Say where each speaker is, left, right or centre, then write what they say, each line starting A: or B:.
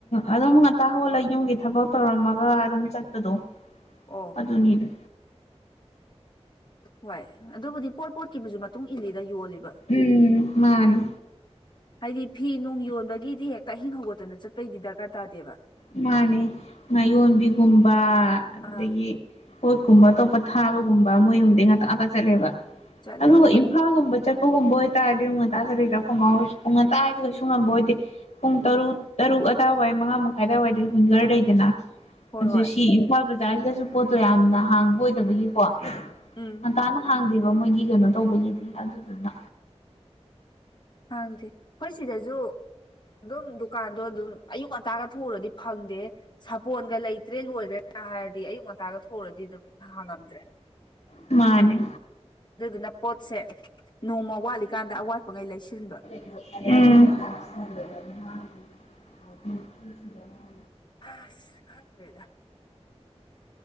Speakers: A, on the left; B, on the left.
A: ꯑꯗꯨꯝ ꯉꯥꯛꯇꯥ ꯍꯣꯜꯂꯒ ꯌꯨꯝꯒꯤ ꯊꯕꯛ ꯇꯧꯔꯝꯃꯒ ꯑꯗꯨꯝ ꯆꯠꯄꯗꯣ
B: ꯑꯣ
A: ꯑꯗꯨꯅꯤꯗ
B: ꯍꯣꯏ ꯑꯗꯨꯕꯨꯗꯤ ꯄꯣꯠ ꯄꯣꯠꯈꯤꯕꯁꯨ ꯃꯇꯨꯡ ꯏꯜꯂꯤꯗ ꯌꯣꯜꯂꯤꯕ
A: ꯎꯝ ꯃꯥꯅꯤ
B: ꯍꯥꯏꯗꯤ ꯐꯤ ꯅꯣꯡ ꯌꯣꯟꯕꯒꯤꯗꯤ ꯍꯦꯛꯇ ꯑꯍꯤꯡ ꯍꯧꯒꯠꯇꯅ ꯆꯠꯄꯩꯗꯤ ꯗꯔꯀꯥꯔ ꯇꯥꯗꯦꯕ
A: ꯃꯥꯅꯦ ꯉꯥꯌꯣꯟꯕꯤꯒꯨꯝꯕ ꯑꯗꯨꯗꯒꯤ
B: ꯑꯥ
A: ꯄꯣꯠꯀꯨꯝꯕ ꯑꯇꯣꯞꯄ ꯊꯥꯕꯒꯨꯝꯕ ꯃꯣꯏꯒꯨꯝꯕꯩ ꯉꯥꯛꯇ ꯉꯥꯛꯇ ꯆꯠꯂꯦꯕ
B: ꯆꯠꯂꯦ
A: ꯑꯗꯨꯒ ꯥꯒꯨꯝꯕ ꯆꯠꯄꯒꯨꯝꯕꯇꯥꯔꯗꯤ ꯎꯅꯨꯡ ꯉꯟꯇꯥ ꯆꯠꯗ ꯆ ꯎ ꯉꯟꯇꯥ ꯍꯥꯏꯁꯤ ꯀꯩꯁꯨ ꯉꯝꯕ ꯑꯣꯏꯗꯦ ꯄꯨꯡ
B: ꯎꯝ
A: ꯇꯔꯨꯛ ꯇꯔꯨꯛ ꯑꯗꯥꯏꯋꯥꯏ ꯃꯉꯥ ꯃꯈꯥꯏ ꯑꯗꯨꯋꯥꯏꯗ ꯋꯤꯡꯒꯔ ꯂꯩꯗꯅ
B: ꯍꯣꯏ
A: ꯑꯗꯨ
B: ꯍꯣꯏ
A: ꯁꯤ ꯊꯧꯕꯥꯥꯜ ꯕꯖꯥꯔꯁꯤꯗꯁꯨ ꯄꯣꯠꯇꯣ ꯌꯥꯝꯅ ꯍꯥꯡꯕ ꯑꯣꯏꯗꯕꯒꯤꯀꯣ
B: ꯎꯝ
A: ꯍꯪꯀꯅ ꯍꯥꯡꯗꯦꯕ ꯃꯣꯏꯒꯤ ꯀꯩꯅꯣ ꯇꯧꯕꯒꯤꯗꯤ ꯑꯗꯨꯗꯨꯅ
B: ꯍꯪꯗꯦ ꯑꯩꯈꯣꯏ ꯁꯤꯗꯁꯨ ꯑꯗꯨꯝ ꯗꯨꯀꯥꯟꯗꯣ ꯑꯗꯨꯝ ꯑꯌꯨꯛ ꯉꯟꯇꯥꯒ ꯊꯣꯛꯎꯔꯗꯤ ꯐꯪꯗꯦ ꯁꯥꯄꯣꯟꯒ ꯂꯩꯇ꯭ꯔꯦ ꯂꯣꯏꯈ꯭ꯔꯦꯅ ꯍꯥꯏꯔꯗꯤ ꯑꯌꯨꯛ ꯉꯟꯇꯥꯒ ꯊꯣꯛꯎꯨꯔꯗꯤ ꯑꯗꯨꯝ ꯍꯥꯡꯉꯝꯗ꯭ꯔꯦ
A: ꯃꯥꯅꯦ
B: ꯑꯗꯨꯗꯨꯅ ꯄꯣꯠꯁꯦ ꯅꯣꯡꯃ ꯋꯥꯠꯂꯤꯀꯥꯟꯗ ꯑꯋꯥꯠꯄꯉꯩ ꯂꯩꯁꯤꯟꯕ
A: ꯎꯝ
B: ꯑ ꯍꯗꯦꯗ